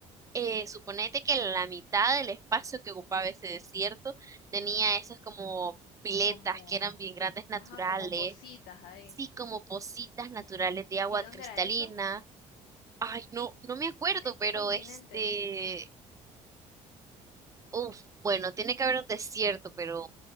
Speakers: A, on the right; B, on the left.
A: eh, suponete que la mitad del espacio que ocupaba ese desierto tenía esas como piletas
B: como,
A: que eran bien grandes naturales,
B: ajá, como positas ahí.
A: sí, como pocitas naturales de agua
B: ¿Y dónde
A: cristalina.
B: era eso?
A: Ay, no, no me acuerdo,
B: ¿En
A: pero
B: qué continente?
A: este, uf, bueno, tiene que haber un desierto, pero